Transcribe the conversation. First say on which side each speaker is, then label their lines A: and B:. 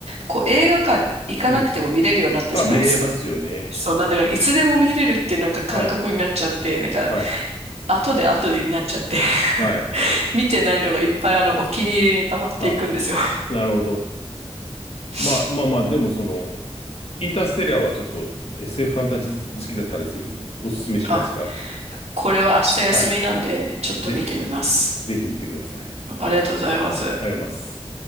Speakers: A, on the right; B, on the left.
A: こう映画館行かなくても見れるようになったじゃないですか。
B: うん。まあ見れますよね。
A: そう、なんだからいつでも見れるっていうなんか感覚になっちゃって、
B: はい、
A: なんか
B: はい、
A: 後で後でになっちゃって <laughs>
B: はい。
A: 見てないのがいっぱいあのお気に入りに溜まっていくんですよ。
B: あ、なるほど。
A: <laughs>
B: まあまあまあ、でもその、インターステラーはちょっと SF フファンタジー好きだったらぜひおすすめしますから。
A: あ、これは明日休みなんで、
B: はい。
A: ちょっと見てみます。
B: ぜ、ぜひ見てください。ありがと
A: ありがとうございます。
B: うございます。